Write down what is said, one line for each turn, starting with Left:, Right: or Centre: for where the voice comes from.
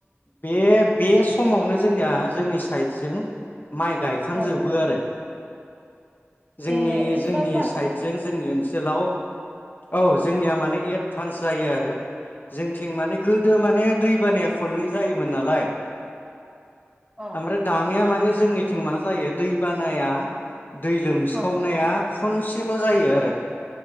Left: बे बे समावनो जोंनिया जोंनि साइद जों माइ गायखांजोबो
Right: औ
Left: आरो जोंनि
Right: ए एफा
Left: जोंनि
Right: फास
Left: साइडजों जोंनि ओनस ओनसोलाव औ
Right: अ
Left: जोंनिया माने एद फान्स जायो आरो जोंथिं माने गोदो माने दै बानाया खननै जायोमोन नालाय
Right: अ
Left: आमफ्राय दा निया माने जोंनिथिं मा जायो दै बानाया दै लोमसावनाया
Right: अ
Left: खनसेल' जायो आरो